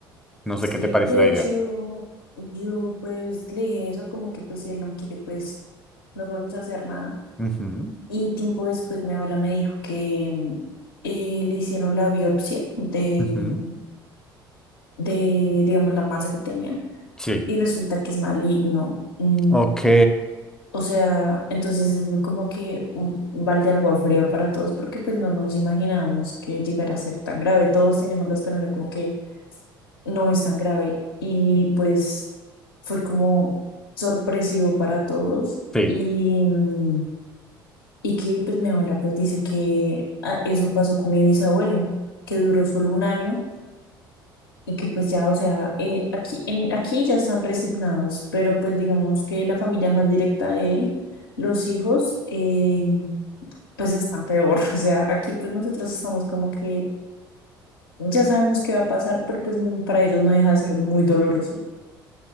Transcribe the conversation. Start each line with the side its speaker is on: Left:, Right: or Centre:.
Centre: No sé qué
Left: Sí,
Centre: te parece
Left: de
Centre: la idea.
Left: hecho, yo pues le dije eso, como que pues si él no quiere, pues no podemos hacer nada.
Centre: Ujú,
Left: Y tiempo después mi abuela me dijo que mm, eh, le hicieron la biopsia del,
Centre: ujú.
Left: de, digamos, la masa que tenía
Centre: Sí.
Left: y resulta que es maligno. Mm,
Centre: Ok.
Left: o sea, entonces es muy como que un balde de agua fría para todos porque pues no nos imaginábamos que llegara a ser tan grave. Todos teníamos la esperanza como que no es tan grave. Y pues fue como sorpresivo para todos.
Centre: Sí.
Left: Y, mm, y que pues mi abuela pues dice que ah, eso pasó con mi bisabuelo, que duró solo un año y que pues ya, o sea, eh, aquí, en, aquí ya están resignados, pero pues digamos que la familia más directa de él, los hijos, eh, pues están peor. <laughs> O sea, aquí pues nosotros estamos como que ya sabemos qué va a pasar, pero pues mm, para ellos no deja de ser muy doloroso.